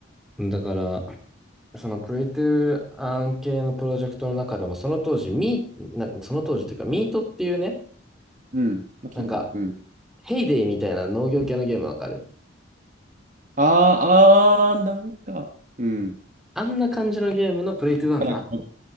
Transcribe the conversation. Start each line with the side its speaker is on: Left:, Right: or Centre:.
Centre: う。だから、そのプレイトゥー案系のプロジェクトの中でも、その当時、ミー、なその当時っていうか、ミートっていうね、
Right: うん。な、聞いたことあるな。
Centre: なんか、
Right: うん。
Centre: ヘイデイみたいな農業系のゲームわかる
Right: あー、あー、なんか、うん。
Centre: あんな感じのゲームのプレイトゥーンが、
Right: なんか